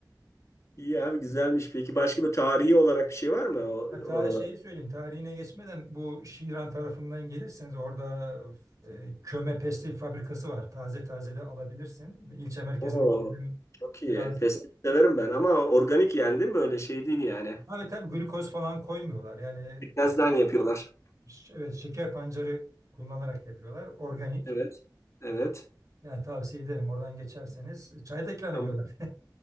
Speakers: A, on the left (about 40°); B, on the right (about 45°).
A: İyi abi güzelmiş. Peki başka bir tarihi olarak bir şey var mı o-
B: Hatta
A: oralarda?
B: şeyi söyleyeyim tarihine geçmeden bu Şiran tarafından gelirseniz orada e, köme pestil fabrikası var. Taze taze de alabilirsin. İlçe merkezindeki
A: Oo,
B: bizim
A: çok iyi.
B: biraz...
A: Pestil severim ben ama organik yani değil mi? Öyle şey değil yani.
B: Abi tabii glukoz falan koymuyorlar. Yani
A: Pekmezden yapıyorlar.
B: ş- evet şeker pancarı kullanarak yapıyorlar. Organik.
A: Evet. Evet.
B: Yani tavsiye ederim oradan geçerseniz. Çay da ikram
A: Tamam.
B: ediyorlar.